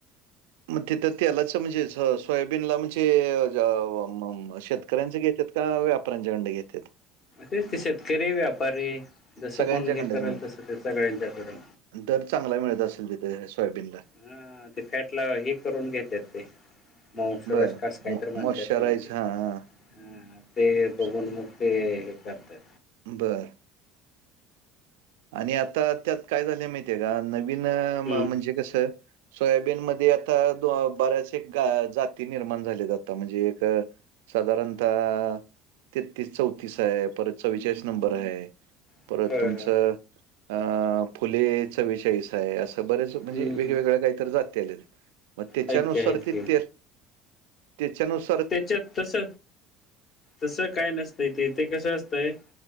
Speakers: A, on the right; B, on the left.
A: मग तिथं तेलाच म्हणजे अ सोयाबीनला म्हणजे अ अ म शेतकऱ्यांच घेत्यात का व्यापऱ्यांच्याकडन घेत्यात?
B: तेच ते शेतकरी, व्यापारी जसं
A: सगळ्यांच्याकडनंच
B: कोण हे करेल,
A: म्हणजे?
B: तसं ते सगळ्यांच्याकडून
A: दर चांगला मिळत असेल तिथे सोयाबीनला.
B: हा ते फॅट ला हे करून घेत्यात ते. माऊंसराज
A: बरं.
B: का आस काहीतर
A: मॉ
B: म्हणतेत
A: मॉइश्चराइज
B: त्याला ते हुं.
A: हां, हां.
B: ते बघुन
A: स
B: म ते हे करतात.
A: बरं. आणि आता त्यात काय झालय माहितीये का नवीन अस
B: हं.
A: म्हणजे कसं सोयाबीन मध्ये आता दो बऱ्याच एक जाती निर्माण झालेत आता म्हणजे एक अ साधारणतः तेतीस, चौतीस हाय, परत चव्वेचाळीस नंबर हाय.
B: होय,
A: परत तुमचं
B: होय, होय.
A: अ फुले चवेचाळीस हाय, असं बरेच म्हणजे
B: हं.
A: वेगवेगळ्या काहीतर जाती आल्यात, मग तेच्यानुसार
B: आहेत की, आहेत
A: ते
B: की.
A: तेल तेच्यानुसा
B: तेच्यात तस तसं काय नसतंय ते, ते कसं असतंय?